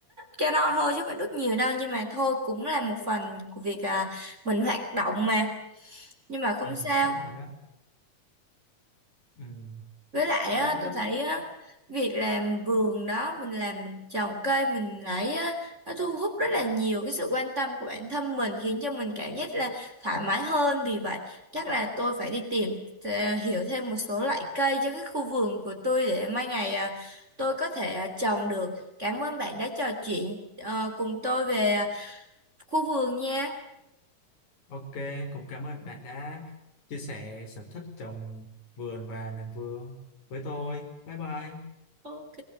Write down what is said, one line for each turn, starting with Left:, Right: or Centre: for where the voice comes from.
Right: calo thôi chứ phải đốt nhiều đâu nhưng mà thôi cũng là một phần của việc à, mình hoạt động mà nhưng mà không
Left: ừ,
Right: sao
Left: đúng rồi á ừ.
Right: Với lại
Left: rất,
Right: á, tôi
Left: rất
Right: thấy á, việc làm vườn đó mình làm mình trồng cây mình lấy á, nó thu hút rất là nhiều cái sự quan tâm của bản thân mình khiến cho mình cảm giác là thoải mái hơn vì vậy chắc là tôi phải đi tìm ờ, hiểu thêm một số loại cây cho cái khu vườn của tôi để mai ngày à, tôi có thể à, trồng được. Cảm ơn bạn đã trò chuyện ờ, cùng tôi về à, khu vườn nha.
Left: ok cũng cảm ơn bạn đã chia sẻ sở thích trồng vườn và làm vườn với tôi bye bye
Right: Ok.